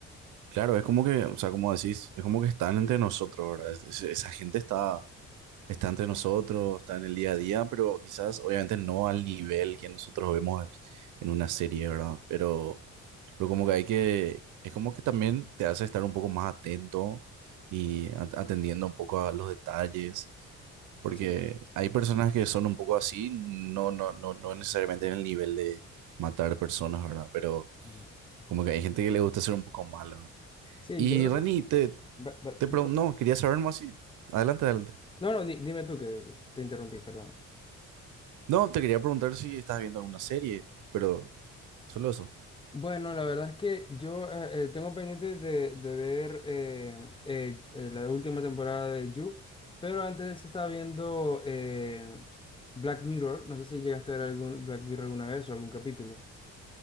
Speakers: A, on the right; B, on the left.
A: Claro, es como que, o sea, como decís, es como que están entre nosotros, ¿verdad? Es- es- esa gente está está entre nosotros, está en el día a día, pero quizás obviamente no al nivel que nosotros vemos en una serie, ¿verdad? Pero, pero como que hay que, es como que también te hace estar un poco más atento y at- atendiendo un poco a los detalles, porque
B: Sí, sí.
A: hay personas que son un poco así, no, no, no, no necesariamente en el nivel de matar personas, ¿verdad? Pero
B: Mm.
A: como que hay gente que le gusta ser un poco malo.
B: Sí,
A: Y
B: yo creo
A: Reni,
B: que...
A: te,
B: va- va-
A: te
B: disculpa.
A: pregunto, no, quería saber más y... Adelante, adelante.
B: No, no, di- dime tú que te interrumpí, perdona.
A: No, te quería preguntar si estás viendo alguna serie, pero solo eso.
B: Bueno, la verdad es que yo eh, eh, tengo pendiente de, de ver eh, eh, eh, la última temporada de You, pero antes estaba viendo eh, Black Mirror. No sé si llegaste a ver algún Black Mirror alguna vez o algún capítulo.